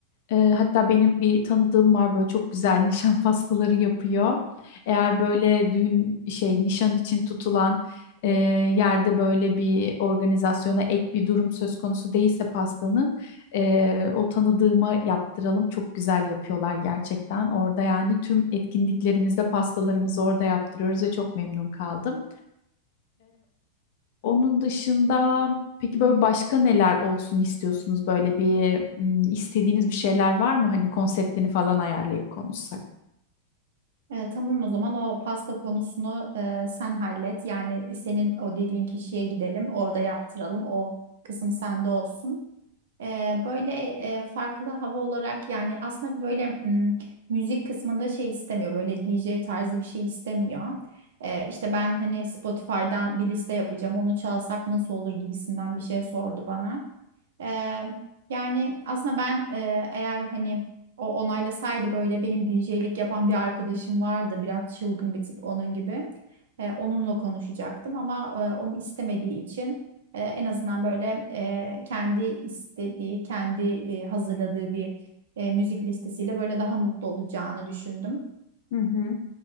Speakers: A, on the left; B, on the right.
A: Ee, hatta benim bir tanıdığım var böyle çok güzel <laughs> nişan pastaları yapıyor. Eğer böyle düğün şey nişan için tutulan e, yerde böyle bir organizasyona ek bir durum söz konusu değilse pastanın e, o tanıdığıma yaptıralım. Çok güzel yapıyorlar gerçekten. Orada yani tüm etkinliklerimizde pastalarımızı orada yaptırıyoruz ve çok memnun kaldım. Onun dışında peki böyle başka neler olsun istiyorsunuz? Böyle bir m, istediğiniz bir şeyler var mı? Hani konseptini falan ayarlayıp konuşsak.
B: E, tamam o zaman o pasta konusunu e, sen hallet. Yani e, senin o dediğin kişiye gidelim, orada yaptıralım. O kısım sende olsun. E, böyle e, farklı hava olarak yani aslında böyle m, müzik kısmında şey istemiyor. Böyle D J tarzı bir şey istemiyor. E, işte ben hani Spotify'dan bir liste yapacağım. Onu çalsak nasıl olur gibisinden bir şey sordu bana. Eee, yani aslında ben eee, eğer hani o onaylasaydı böyle benim DJ'lik yapan bir arkadaşım vardı. Biraz çılgın bir tip onun gibi. Eee, onunla konuşacaktım ama eee, onu istemediği için eee, en azından böyle eee, kendi istediği, kendi eee, hazırladığı bir eee, müzik listesiyle böyle daha mutlu olacağını düşündüm.
A: Hı hı.